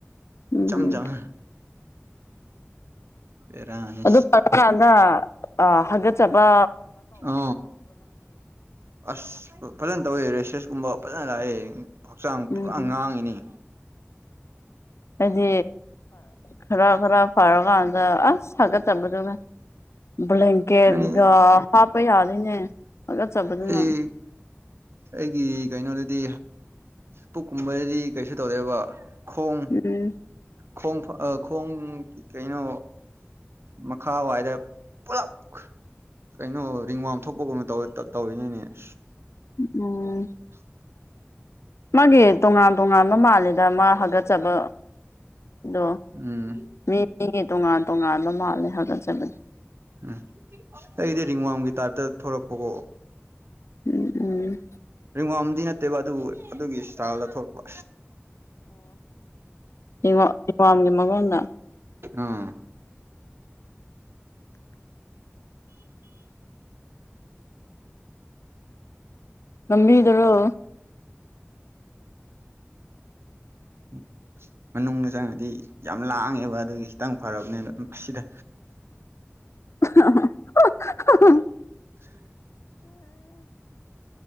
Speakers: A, on the left; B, on the right.
A: ꯎꯝ
B: ꯏꯆꯝ ꯆꯝ ꯕꯦꯔꯥꯅꯤ
A: ꯑꯗꯨ ꯄꯥꯅ ꯍꯥꯒꯠꯆꯕ
B: ꯎ ꯑꯁ ꯐꯖꯅ ꯇꯧꯋꯦ ꯔꯦꯁꯦꯁꯀꯨꯝꯕ ꯐꯖꯅ ꯂꯥꯛꯑꯦ ꯍꯛꯆꯥꯡ
A: ꯎꯝ
B: ꯄꯨꯔꯥ ꯉꯥꯡꯉꯤꯅꯤ
A: ꯍꯥꯏꯗꯤ ꯈꯔ ꯈꯔ ꯐꯔꯀꯥꯟꯗ ꯑꯁ ꯊꯛꯒ ꯆꯠꯂꯗ ꯕ꯭ꯂꯦꯟꯀꯦꯠꯒ
B: ꯑꯩ
A: ꯍꯥꯞꯄ ꯌꯥꯗꯅꯦ ꯑꯣ ꯆꯕ ꯑꯗꯨꯅ
B: ꯑꯩ ꯑꯩꯒꯤ ꯀꯩꯅꯣꯗꯗꯤ ꯄꯨꯛꯀꯨꯝꯕꯗꯗꯤ ꯀꯩꯁꯨ ꯇꯧꯔꯦꯕ ꯈꯣꯡ
A: ꯎꯝ
B: ꯈꯣꯡ ꯈꯣꯡ ꯀꯩꯅꯣ ꯃꯈꯥ ꯋꯥꯏꯗ ꯄꯨꯂꯞ ꯀꯩꯅꯣ ꯔꯤꯡ ꯋꯥꯝ ꯊꯣꯛꯄꯒꯨꯝꯕ ꯇꯧꯋꯦ ꯇꯧꯏꯅꯦꯅꯦ ꯑꯁ
A: ꯎꯝ
B: <unintelligible>
A: ꯃꯥꯒꯤ ꯇꯣꯉꯥꯟ ꯇꯣꯉꯥꯟꯕ ꯃꯥꯜꯂꯤꯗ ꯃꯥ ꯍꯥꯀꯠꯆꯕ ꯑꯗꯣ
B: ꯎꯝ
A: ꯃꯤ ꯃꯤꯒꯤ ꯇꯣꯉꯥꯟ ꯇꯣꯉꯥꯟꯕ ꯃꯥꯜꯂꯦ ꯍꯥꯒꯠꯆꯕꯅꯦ
B: ꯎꯝ ꯑꯩꯗꯤ ꯔꯤꯡꯋꯥꯡꯒꯤ ꯇꯥꯏꯞꯇ ꯊꯂꯛꯄꯀꯣ
A: ꯎꯝ ꯎꯝ
B: ꯔꯤꯡꯋꯥꯝꯗꯤ ꯅꯠꯇꯦꯕ ꯑꯗꯨꯕꯨ ꯑꯗꯨꯒꯤ ꯏꯁꯇꯥꯏꯜꯗ ꯊꯣꯛꯂꯛꯄ
A: ꯑꯣ ꯍꯋꯥꯝꯒꯤ ꯃꯒꯣꯟꯗ
B: ꯑꯥ
A: ꯉꯝꯕꯤꯗꯔꯣ
B: ꯎꯝ ꯃꯅꯨꯡꯗ ꯆꯪꯉꯗꯤ ꯌꯥꯝ ꯂꯥꯡꯉꯦꯕ ꯑꯗꯨꯒꯤ ꯈꯤꯇꯪ ꯐꯔꯕꯅꯤꯅ ꯑꯁꯤꯗ
A: <unintelligible>
B: <unintelligible>